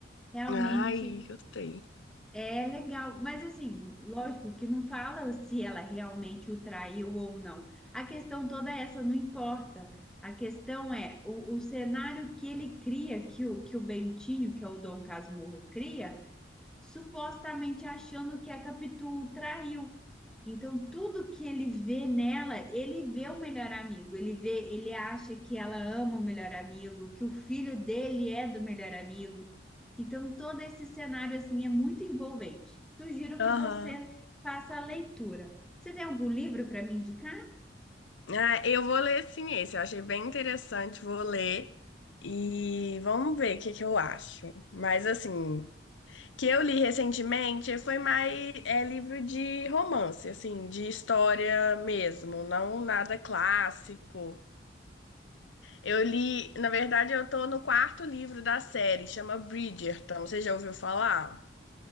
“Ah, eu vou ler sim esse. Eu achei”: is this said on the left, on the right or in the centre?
Left